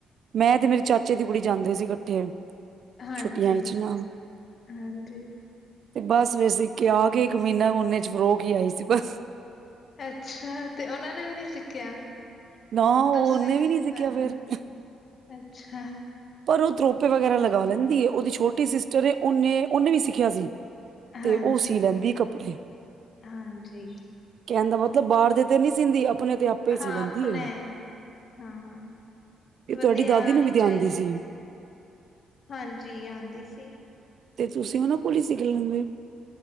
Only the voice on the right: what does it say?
ਮੈਂ ਤੇ ਮੇਰੀ ਚਾਚੇ ਦੀ ਕੁੜੀ ਜਾਂਦੀ ਸੀ ਇਕੱਠੇ
ਛੁੱਟੀਆਂ ਚ ਨ
ਤੇ ਬਸ ਵੇ ਸਿੱ ਆ ਕੇ ਇੱਕ ਮਹੀਨਾ ਨੇ ਚ ਫਰੋਕ ਹੀ ਆਈ ਸੀ ਬਸ
ਨਾ ਉਹ
ਉਹਨੇ ਵੀ ਨੀ ਸਿੱਖਿਆ
ਫੇਰ
ਪਰ ਉਹ ਤਰੋਪੇ ਵਗੈਰਾ ਲਗਾ ਲੈਂਦੀ, ਉਹਦੀ ਛੋਟੀ ਸਿਸਟਰ ਐ। ਉਹਨੇ ਉਹਨੇ ਵੀ ਸਿੱਖਿਆ ਸੀ। ਤੇ
ਉਹ ਸੀ ਲੈਂਦੀ ਕੱਪੜੇ।
ਕਹਿੰਦਾ ਮਤਲਬ ਬਾਹਰ ਦੇ ਤੇ ਨਹੀਂ ਸੀਂਦੀ ਆਪਣੇ ਤੇ ਹੀ ਸੀ
ਲੈਂਦੀ
ਹੈ
ਤੇ ਤੁਹਾਡੀ
ਦਾਦੀ
ਨੂੰ ਵੀ ਤੇ
ਆਂਦੀ ਸੀ
ਤੇ ਤੁਸੀਂ ਉਹਨਾਂ ਕੋਲ ਹੀ ਸਿੱਖ ਲੈਂਦੇ।